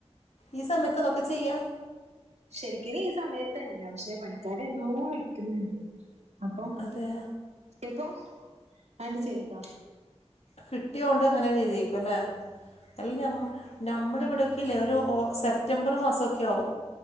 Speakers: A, on the left; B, on the right.
A: ഈ സമയത്ത് അതൊക്കെ ചെയ്യാ?
B: ശരിക്കിന് ഈ സമയത്തല്ല പക്ഷേ പണിക് ക്കാരെ എന്നോ വിളിക്കുന്നുണ്ട് അപ്പം.
A: അതെ
B: ഇപ്പോ ആണ്ട് ചെയ്താ
A: കിട്ടിയോണ്ട് അങ്ങനെ ചെയ്തെയ്ക്കും അല്ലേ? അല്ല ഞമ്മ ഞമ്മളിവിടെയൊക്കെ ഇല്ലേ ഒരു ഓ സെപ്റ്റംബർ മാസമൊക്കെ ആവും